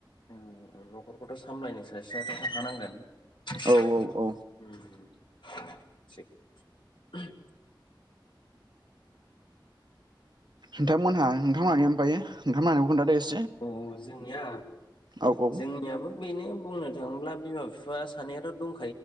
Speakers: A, on the left; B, on the right.
A: ओं न'खरखौथ' सामलायनो सासेयाथ' थाखानांगोन <unintelligible>
B: औ औ
A: उम। <unintelligible>
B: नोंथांमोनहा नोंथांमोनहानि ओमफाय नोंथांमोनहानिखौ खोनथादो एस
A: औ जोंनिया
B: औ औ
A: जोंनियाबो बेनो बुंनो थाङोब्ला बिमा बिफा सानैायाथ दंङ